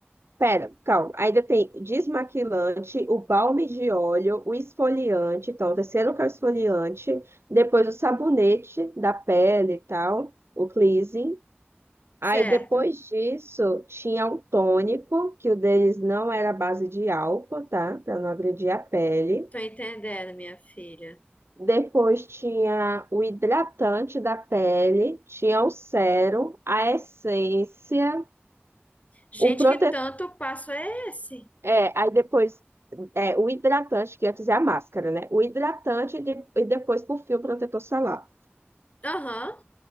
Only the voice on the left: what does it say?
certo.
Tô entendendo, minha filha.
Gente,
que tanto passo é esse?
Aham.